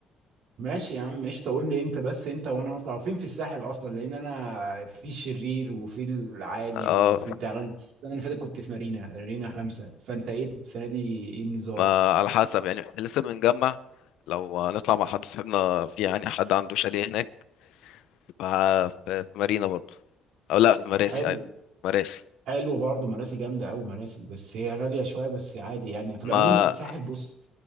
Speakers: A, on the right (about 75°); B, on the left (about 80°).
A: ماشي يا عم قشطه قول لي امتى بس انت وانا نطلع فين في الساحل اصلا لان انا في الشرير وفي العادي
B: اه
A: وفي بتاع انا السنه اللي فاتت كنت في مارينا مارينا خمسه فانت ايه السنه دي ايه النظام
B: ما على حسب يعني إحنا لسه بنجمع لو نطلع مع حد صاحبنا في يعني حد عنده شاليه هناك ف- في في مارينا برضو او لا في مراسي
A: حلو
B: ايوه مراسي
A: حلو برضه مراسي جامده قوي مراسي بس هي غاليه شويه بس عادي يعني في
B: ما
A: العموم الساحل بص